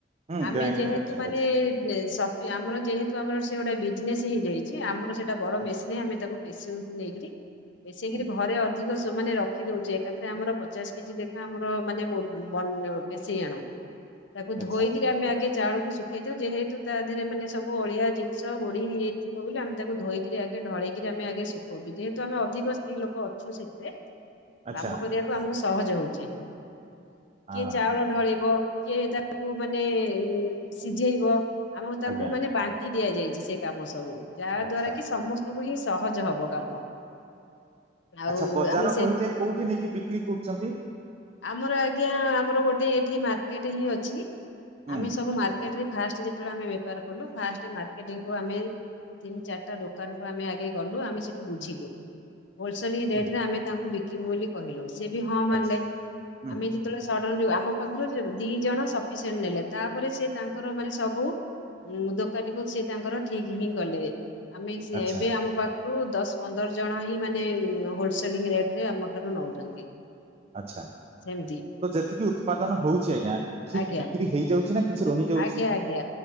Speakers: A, on the right; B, on the left.
A: ହୁଁ
B: ଆମେ
A: ଗ୍ରାଇଣ୍ଡିଙ୍ଗ
B: ଯେହେତୁ
A: କରୁଛନ୍ତି
B: ମାନେ-ଏ
A: ଆଚ୍ଛା
B: <unintelligible> ଆମର ଯେହେତୁ ଆମର ସେ ଗୋଟେ ବିଜନେସ୍ ହେଇଯାଇଛି, ଆମର ସେଇଟା ବଡ
A: ହୁଁ,
B: ମେସିନରେ ଆମେ ତାକୁ ପେସଉଚୁ ନେଇକରି, ପେସେଇକିରି
A: ହୁଁ,
B: ଘରେ ଅଧ୍ ଧିକସ ମାନେ ରଖିଦଉଛି, ଏକାଥରେ ଆମର ପଚାଶ କେଜି ଲେଖା ଆମର ମାନେ, ବନ୍ ପେଶେଇ ଆଣୁ। ତାକୁ ଧୋଇକିରି
A: ଆଚ୍ଛା
B: ଆମେ ଆଗେ ଚାଉଳକୁ ଶୁଖେଇ ଦଉ, ଯେହେତୁ ତା ଦେହରେ ମାନେ ସବୁ ଅଳିଆ ଜିନିଷ ଗୋଡି ଇଏ ଥିବ ବୋଲି ଆମେ ତାକୁ ଧୋଇକରି ଆଗେ, ଢଳେଇକରି ଆମେ ଆଗେ ଶୁଖଉଛୁ। ଯେହେତୁ, ଆମେ ଅଧିକ ସ୍ତ୍ରୀ ଲୋକ ଅଛୁ ସେଥିରେ
A: ଆଚ୍ଛା
B: କାମ କରିବାକୁ ଆମକୁ ସହଜ ହଉଛି
A: ହଁ
B: କିଏ ଚାଉଳ
A: ହଁ
B: ଢଳେଇବ? କିଏ ତାକୁ ମାନେ ସିଝେଇବ ଆମ ତାଙ୍କୁ
A: ଆଜ୍ଞା
B: ମାନେ ବାନ୍ ଦିଆଯାଇଛି ସେ କାମ ସବୁ ଯାହା
A: ଆଚ୍ଛା
B: ଦ୍ଵାରା
A: ଆଚ୍ଛା
B: କି ସମସ୍ତଙ୍କୁ ହିଁ ସହଜ ହବ କାମ। ଆଉ
A: ଆଚ୍ଛା ବଜାର
B: ଆମେ ସେ
A: କହିଲେ କୋଉଠି ନେଇକି ବିକ୍ରି କରୁଛନ୍ତି?
B: ଆମର ଆଜ୍ଞା ଆମର ଗୋଟେ ଏଠି ମାର୍କେଟ ହିଁ ଅଛି
A: ହୁଁ
B: ଆମେ ସବୁ ମାର୍ ଟ ଫାଷ୍ଟ ଯେତେବେଳେ ଆମେ ବେପାର କଲୁ ଫାଷ୍ଟ ମାର୍କେଟିଙ୍ଗକୁ ଆମେ ତିନି ଚାରିଟା ଦୋକାନକୁୁ ଆମେ ଆଗେଇ ଗଲୁ ଆମେ ସେଠୁ ବୁଝିଲୁ? ହୋଲସେଲି ରେଟରେ
A: ହୁଁ
B: ଆମେ ତାଙ୍କୁ ବିକିବୁ ବୋଲି କହିଲୁ ସେ ବି ହଁ ମାରିଲେ
A: ଆଚ୍ଛା ହୁଁ
B: ଆମେ ଯେ ବେଳେ ସଡନ୍ ଯୋଉ ଆମ ପାଖରୁ ଦି ଜଣ ସଫିସିଏଣ୍ଟ ନେଲେ ତାପରେ ସେ ତାଙ୍କର ମାନେ ସବୁ ଉଁ ଦୋକାନୀକୁ ସିଏ ତାଙ୍କର ଠିକ ହିଁ ଗଲେ ଆମେ
A: ଆଚ୍ଛା
B: ଏବେ ଆମ ପାଖ ପାଖରୁ ଦଶ ପନ୍ଦର ଜଣ ହିଁ ମାନେ ହୋଲସେଲିଂ ରେଟରେ ଆମ ଠାରୁ ନଉଛନ୍ତି।
A: ଆଚ୍ଛା।
B: ସେମିତି
A: ତ ଯେତିକି ଉତ୍ପାଦନ ହଉଛି ଆଜ୍ଞା ଠିକ
B: ଆଜ୍ଞା
A: ବିକ୍ରି ହେଇଯାଉଛି ନା କିଛି ରହିଯାଉଛି?
B: ଆଜ୍ଞା ଆଜ୍ଞା।